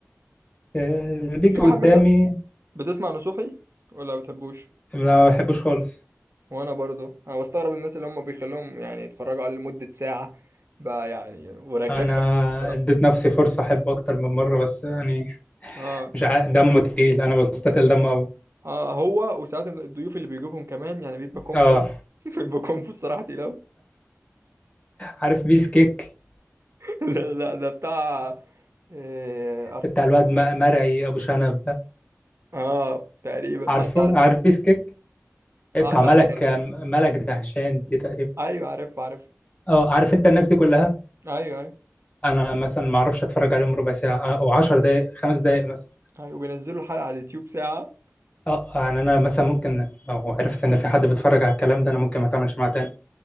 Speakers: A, on the left (about 25°); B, on the right (about 60°).
A: آه، بيجي
B: في واحد
A: قدامي
B: مثلا بتسمع نصوحي ولا بتحبوش
A: لا ما بحبوش خالص
B: وانا برضو انا بستغرب الناس اللي هم بيخلوهم يعني يتفرجوا عليه لمدة ساعة بقى يعني ورغاية
A: أنا
B: بصراحة.
A: اديت نفسي فرصة أحبه أكتر من مرة بس يعني
B: اه
A: مش عا... دمه تقيل أنا بستتقل دمه أوي
B: اه هو وساعات الضيوف اللي بيجيبهم كمان يعني بيبقى كومبو
A: آه
B: <laughs> بيبقى كومبو الصراحة تقيلة <laughs>
A: عارف بيس كيك
B: لا لا ده بتاع إيه ارسنال
A: بتاع الواد م- مرعي أبو شنب ده
B: اه تقريبا
A: عارفه
B: عدى عليا
A: عارف بيس كيك
B: عدى
A: بتاع ملك
B: عليا يعني
A: ملك دهشان دي تقريبا
B: ايوه عارف عارف
A: اه عارف انت الناس دي كلها
B: ايوه ايوه
A: انا مثلا ما اعرفش اتفرج عليهم ربع ساعه او 10 دقائق خمس دقائق مثلا
B: ايوه وبينزلوا الحلقة على اليوتيوب ساعة
A: اه يعني انا مثلا ممكن لو عرفت ان في حد بيتفرج على الكلام ده انا ممكن ما اتعاملش معاه تاني